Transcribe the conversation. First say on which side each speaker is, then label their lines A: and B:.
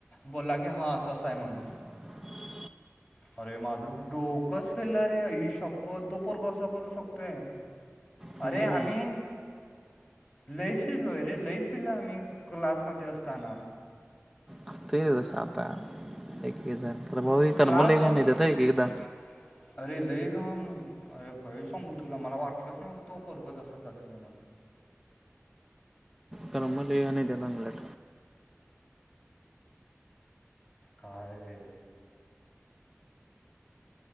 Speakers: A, on the left; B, in the centre.
A: बोलला की, हा अस अस य म्हणून.
B: हम् <unintelligible>
A: अरे माझंच डोकच फिरल रे, आई शप्पत, तो पोरग असं करू शकतोय.
B: हम्म.
A: अरे आम्ही, लय फिरलोय रे, लय फिरलोय आम्ही क्लासमध्ये असताना.
B: असतय रे तसं आता, एक-एक जण अरे भाऊ हे कर्म
A: क्लास
B: लय
A: अरे
B: घाण येतात हं एक एकदा
A: लई घान, अरे काही सांगू तुला, मला वाटलंच नव्हतं, तो पोरग तसं करेल, म्हणून.
B: कर्म लय घाण येत्यात, आंगलट.
A: काय रे?